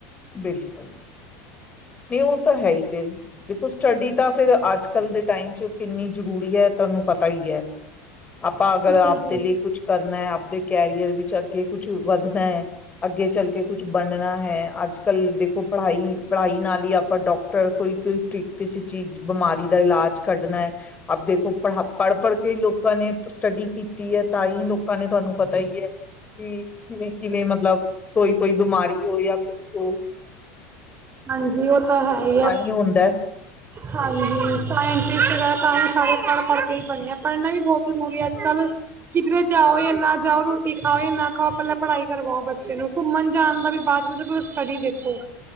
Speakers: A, on the left (about 20°); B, on the right (about 30°).
A: ਬਿਲਕੁਲ, ਨਹੀਂ ਉ ਤਾਂ ਹੈ ਈ ਫਿਰ ਦੇਖੋ ਸਟੱਡੀ ਤਾਂ ਫਿਰ ਅੱਜ ਕੱਲ੍ਹ ਦੇ ਟਾਈਮ ਚ ਕਿੰਨੀ ਜ਼ਰੂਰੀ ਹੈ ਤਾਨੂੰ ਪਤਾ ਈ ਐ ਆਪਾਂ
B: ਬਿਲਕੁਲ
A: ਅਗਰ ਆਪਦੇ
B: ਬਿਲਕੁਲ
A: ਲਈ ਕੁੱਛ ਕਰਨਾ ਹੈ ਆਪਦੇ ਕੈਰੀਅਰ ਵਿੱਚ ਅੱਗੇ ਕੁਝ <unintelligible> ਵੱਧਦਾ ਹੈ ਅੱਗੇ ਚੱਲ ਕੇ ਕੁਛ ਬਣਨਾ ਹੈ ਆਜ ਕੱਲ ਦੇਖੋ ਪੜ੍ਹਾਈ ਪੜ੍ਹਾਈ ਨਾਲ ਈ ਆਪਾਂ ਡਾਕਟਰ ਕੋਈ ਕੋਈ ਕਿਸੇ ਚੀਜ਼ ਬਿਮਾਰੀ ਦਾ ਇਲਾਜ ਕੱਢਣਾ ਐ ਆਪ ਦੇਖੋ ਪਹੜ ਪੜ੍ਹ ਪੜ੍ਹ ਕੇ ਲੋਕਾਂ ਨੇ ਪਰ ਸਟੱਡੀ ਕੀਤੀ ਐ ਤਾਂ ਈ ਲੋਕਾਂ ਨੇ ਤੁਹਾਨੂੰ ਪਤਾ ਈ ਐ ਕਿ ਕਿਵੇਂ ਕਿਵੇਂ ਮਤਲਬ ਕੋਈ -ਕੋਈ ਬਿਮਾਰੀ <unintelligible> ਆ ਕੁ ਸੋ
B: ਹਾਂਜੀ ਉਹ ਤਾਂ ਹੈ ਈ ਐ
A: ਹੀ ਹੁੰਦਾ ਹੈ।
B: ਹਾਂਜੀ ਸਾਇੰਟੀਸਟ ਵਗੇਰਾ ਤਾਈਂ ਸਾਰੇ ਪੜ ਪੜ੍ਹ ਕੇ ਈ ਬਨੇ ਐ ਪੜ੍ਹਨਾ ਵੀ ਬਹੁਤ ਜ਼ਰੂਰੀ ਹੈ ਅੱਜ ਕੱਲ੍ਹ ਕਿਧਰੇ ਜਾਓ ਨਾ ਜਾਓ ਰੋਟੀ ਖਾਓ ਨਾ ਖਾਓ ਪਹਿਲਾਂ ਪੜ੍ਹਾਈ ਕਰਵਾਓ ਬੱਚੇ ਨੂੰ ਘੁੰਮਣ ਜਾਣ ਦਾ ਵੀ ਬਾਅਦ ਸਟੱਡੀ ਦੇਖੋ।